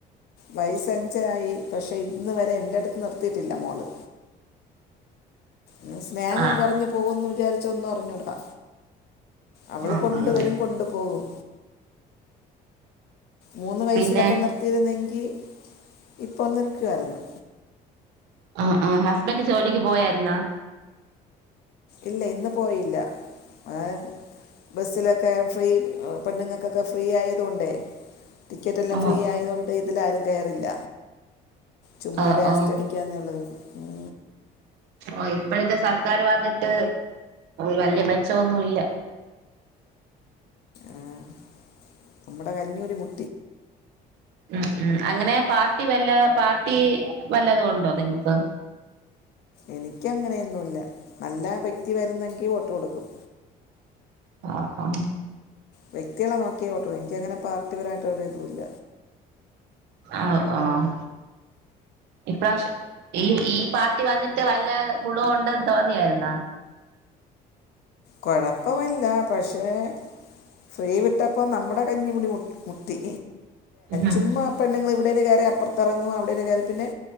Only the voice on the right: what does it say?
ആഹ്
ആഹ്
ആഹ്
പിന്നെ
ആഹ് ആഹ് ഹസ്ബൻഡറ് ജോലിക്ക് പോയായിരുന്നാ?
ഓഹ്
ആഹ്
ആഹ്
ആഹ് ഇപ്പോഴത്തെ സർക്കാര് വന്നിട്ട് വല്ല്യ മെച്ചോന്നുല്ല.
ഉം ഉം അങ്ങനെ പാർട്ടി വല്ല പാർട്ടി വല്ലതുണ്ടോ നിങ്ങൾക്ക്?
ആഹ് ആഹ്.
ആഹ് ആഹ് ഇപ്രാശ. ഈ ഈ പാർട്ടി വന്നിട്ട് വല്ല ഗുണ ഉണ്ടന്ന് തോന്നിയായിരുന്നാ?
ഉം